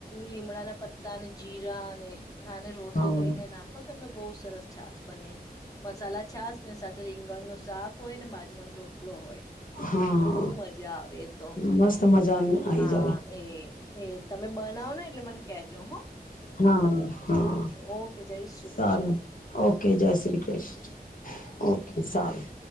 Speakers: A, on the left (about 20°); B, on the left (about 60°).
A: લીમડા ના પતા ને જીરા ને. આને રોસ્ટ
B: હા
A: કરીને નાખો તમે બોઉ સરસ છાસ બને મ મસાલા છાસ ને સાથે રીંગણનું શાક હોય ને બાજુ જવન રોટલો હોય.
B: હા
A: તો બહુ મજા આવે તો.
B: મસ્ત મજાનું આઈ
A: હા
B: જાવ
A: એ એ. તમે બનાવો ને એટલે મને કજો હ.
B: હા હા
A: ઓકે જય શ્રી
B: સારું
A: કૃષ્ણ
B: ઓકે જય શ્રી કૃષ્ણ. ઓકે સારું